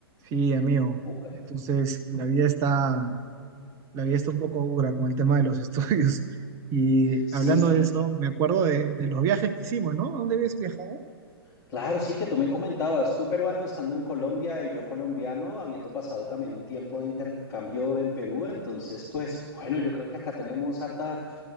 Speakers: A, on the right (about 20°); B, on the left (about 25°).
A: Sí, amigo.
B: Bue-
A: Entonces, la vida está, la vida está un poco dura con el tema de los <laughs> estudios. Y
B: Sí,
A: hablando de eso, me acuerdo de, de los viajes que hicimos, ¿no? ¿A dónde habías viajado?
B: claro, sí, que tú me comentabas, tú peruano estando en Colombia y yo colombiano, habiendo pasado también un tiempo de intercambio en Perú, entonces, pues bueno, yo creo que acá tenemos harta